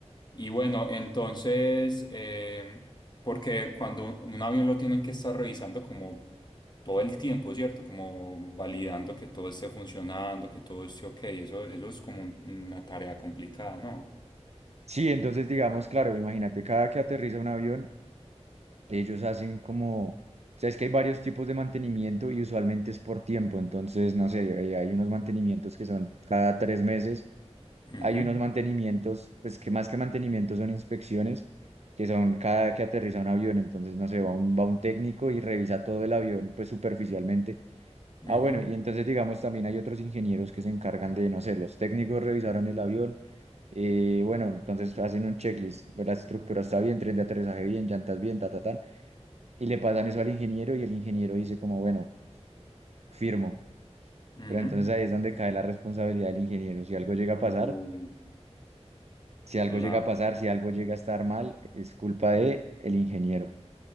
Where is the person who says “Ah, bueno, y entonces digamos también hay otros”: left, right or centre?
Right